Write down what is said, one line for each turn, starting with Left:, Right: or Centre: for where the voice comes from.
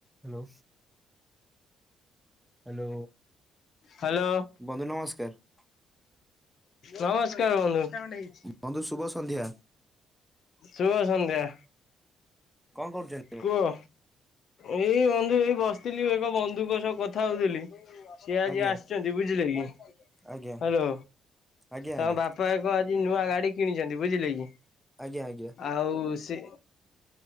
Centre: Hello. Hello
Left: hello
Centre: ବନ୍ଧୁ ନମସ୍କାର।
Left: ନମସ୍କାର ବନ୍ଧୁ।
Centre: ବନ୍ଧୁ ଶୁଭ ସନ୍ଧ୍ୟା
Left: ଶୁଭ ସନ୍ଧ୍ୟା।
Centre: କଣ କରୁଚନ୍ତ
Left: କୁହ। ଏଇ ବନ୍ଧୁ ଏଇ ବସିଥିଲି ଏକ ବନ୍ଧୁଙ୍କ ସହ କଥା ହଉଥିଲି। ସିଏ ଆଜି
Centre: ଆଜ୍ଞା
Left: ଆସିଚନ୍ତି ବୁଝିଲେ କି ହାଲୋ
Centre: ଆଜ୍ଞା ଆଜ୍ଞା
Left: ତାମ
Centre: ଆଜ୍ଞା
Left: ବାପା ପ ଏକ ଆଜି ନୂଆ ଗାଡି କିଣିଚନ୍ତି ବୁଝିଲେ କି।
Centre: ଆଜ୍ଞ ଆଜ୍ଞା।
Left: ଆଉ ସେ